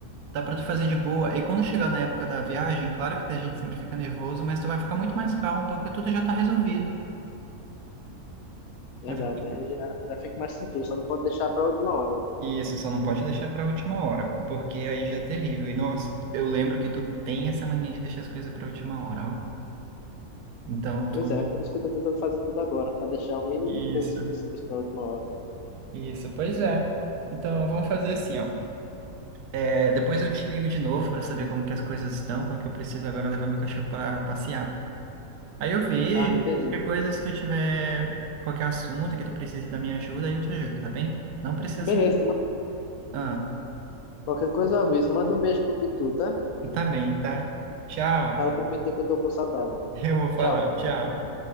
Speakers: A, on the right; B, on the left.
A: Dá pra tu fazer de boa. E quando chegar na época da viagem, claro que a gente sempre fica nervoso, mas tu vai ficar muito mais calmo porque tudo já tá resolvido.
B: Verdade,
A: né?
B: né? Aí já, já fica mais tranquilo, só não pode deixar pra última hora, né?
A: Isso, só não pode deixar pra última hora, porque aí já é terrível. E nossa, eu lembro que tu tem essa mania de deixar as coisas pra última hora, ó. Então tu.
B: Pois é, por isso que eu tô tentando fazer tudo agora, pra deixar o mínimo
A: Isso,
B: de coisas possíveis pra última hora.
A: isso, pois é. Então vamos fazer assim, ó. É, depois eu te ligo de novo pra saber como que as coisas estão, porque eu preciso agora levar meu cachorro pra passear. Aí eu vejo,
B: Ah, entendi.
A: qualquer coisa, se tu tiver qualquer assunto que tu precise da minha ajuda, aí eu te ajudo, tá bem? Não precisa
B: Beleza,
A: assim.
B: manda-
A: Ah,
B: qualquer coisa eu aviso. Manda um beijo pro Pitu, tá?
A: tá bem, tá? Tchau.
B: Fala pro Pitu que eu tô com saudade dele.
A: <laughs> Eu vou falar,
B: Tchau.
A: tchau.